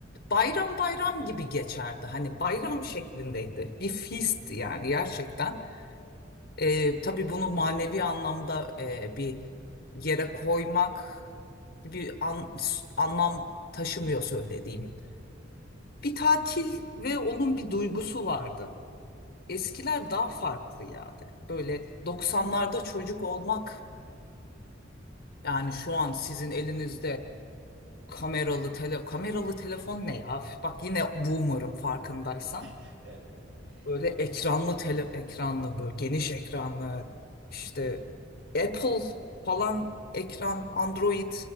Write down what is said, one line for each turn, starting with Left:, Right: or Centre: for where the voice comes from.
Left: bayram bayram gibi geçerdi. Hani bayram şeklindeydi. Bir feast yani gerçekten. Ee, tabii bunu manevi anlamda e, bir yere koymak gibi an- anlam taşımıyor söylediğimin. Bir tatil ve onun bir duygusu vardı. Eskiler daha farklı yani. Böyle 90'larda çocuk olmak yani şu an sizin elinizde Kameralı tele kameralı telefon ne ya? Üf, Bak yine boomer'ım farkındaysan.
Right: <laughs> Evet.
Left: Böyle ekranlı
Right: Ama
Left: tele ekranlı böyle geniş ekranlı işte Apple falan ekran Android.